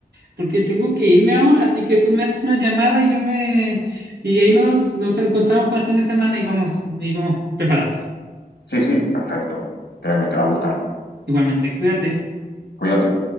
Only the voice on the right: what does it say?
porque tengo que irme ahora, así que tú me haces una llamada y yo me, y ahí nos, nos encontramos para el fin de semana y vamos, y vamos preparados.
Igualmente, cuídate.